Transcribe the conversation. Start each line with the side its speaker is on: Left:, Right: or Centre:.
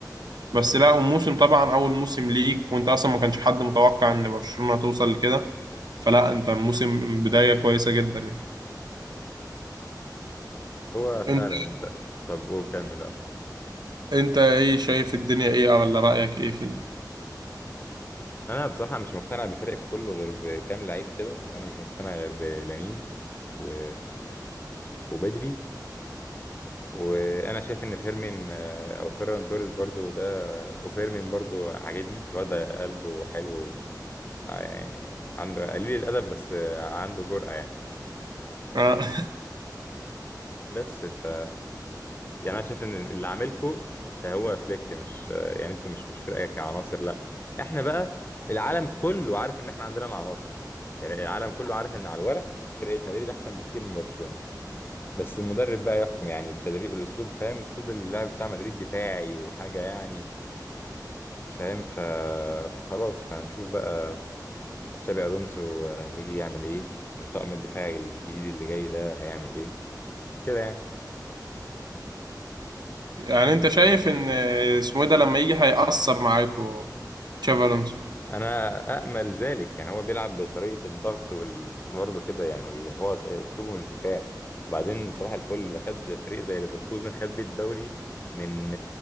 Right: بس لا وموسم
Left: مم.
Right: طبعا أول موسم ليك وأنت أصلا ما كانش حد متوقع إن برشلونة توصل لكده فلا أنت موسم بداية كويسة جدا يعني
Left: هو فعلا
Right: أنت
Left: انت طب وكمل اه
Right: انت ايه شايف الدنيا ايه ولا رأيك ايه في ال...
Left: انا بصراحة مش مقتنع بفريق كله غير بكام لعيب كده يعني انا مش مقتنع غير بلامين و... وبدري وانا شايف ان فيرمين آه، او فيران توريس برضو ده وفيرمين برضو عاجبني الواد ده قلبه حلو آه، يعني عنده قليل الادب بس آه، عنده جرأة يعني
Right: آه. <laughs>
Left: بس ف يعني انا شايف ان اللي عاملكو هو فليك مش آه، يعني انتوا مش مش فرقة كعناصر لا احنا بقى العالم كله عارف ان احنا عندنا العناصر يعني العالم كله عارف ان على الورق فرقة مدريد احسن بكتير من برشلونة بس المدرب بقى يحكم يعني التدريب والاسلوب فاهم اسلوب اللعب بتاع مدريد دفاعي وحاجه يعني فاهم ف... فخلاص فهنشوف بقى تشابي الونسو هيجي يعمل ايه الطاقم الدفاعي الجديد اللي جاي ده هيعمل ايه كده يعني
Right: يعني انت شايف ان اسمه إيه ده لما يجي هيأثر معاكوا تشافي الونسو
Left: انا امل ذلك يعني هو بيلعب بطريقه الضغط وال... برضه كده يعني بي- هو ط- اسلوبه مش دفاعي وبعدين صباح الفل ده خد فريق زي ليفركوزن خد بيه الدوري من